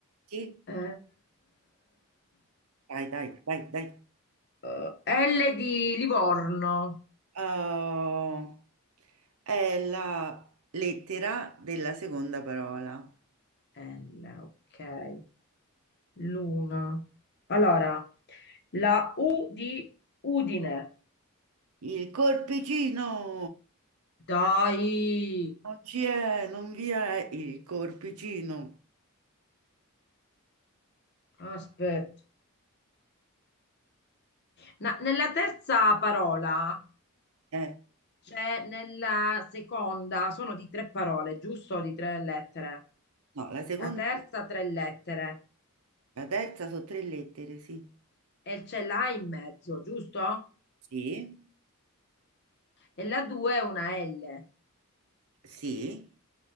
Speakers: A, on the right; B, on the left.
A: sì,
B: Eh,
A: dai, dai, dai, dai.
B: Eh, eh, L di Livorno.
A: Oh, è la lettera della seconda parola.
B: L, ok. Luna. Allora, la U di Udine.
A: Il corpicino!
B: Dai,
A: Non ci è, non vi è il corpicino.
B: aspetta. Na- nella terza parola,
A: Eh,
B: cioè nella seconda, sono di tre parole, giusto? Di tre lettere.
A: no, la seconda,
B: La terza tre lettere
A: la terza sono tre lettere, sì.
B: e c'è l'A in mezzo, giusto?
A: Sì,
B: E la due è una L.
A: sì.